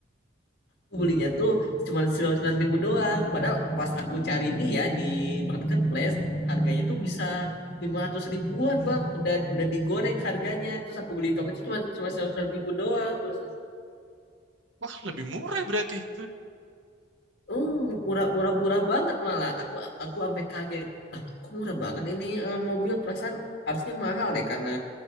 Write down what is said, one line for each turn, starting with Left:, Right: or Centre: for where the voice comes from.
Left: Aku belinya tuh cuma sembilan puluh sembilan ribu doang. Padahal pas aku cari ini ya di marketplace harganya tuh bisa 500 ribuan bang. Udah udah digoreng harganya. Terus aku beli toko itu cuma cuma sembilan puluh sembilan ribu doang. Terus
Right: Wah, lebih murah berarti.
Left: Oh, murah murah murah banget malah. Aku aku sampai kaget. Ah, kok murah banget ini eh, mobil perasaan harusnya mahal deh karena